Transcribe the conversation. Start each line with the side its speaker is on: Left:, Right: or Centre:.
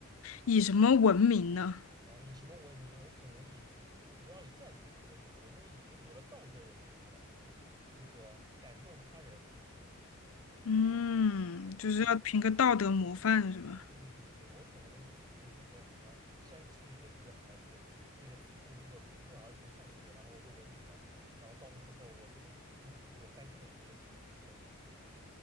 Left: 以什么闻名呢？
Right: 啊以什么闻名？我可能以就不要以赚钱闻名，我就以这个我的道德闻名好了。这个感动他人，
Left: 嗯，就是要凭个道德模范是吧？
Right: 嗯，对对对对，我可能资助这个什么山区里的这个孩子，这个资助这个贫困儿童上学，然后我就闻名了。然后到时候我这个族谱给我单开一页，可以，挺好的。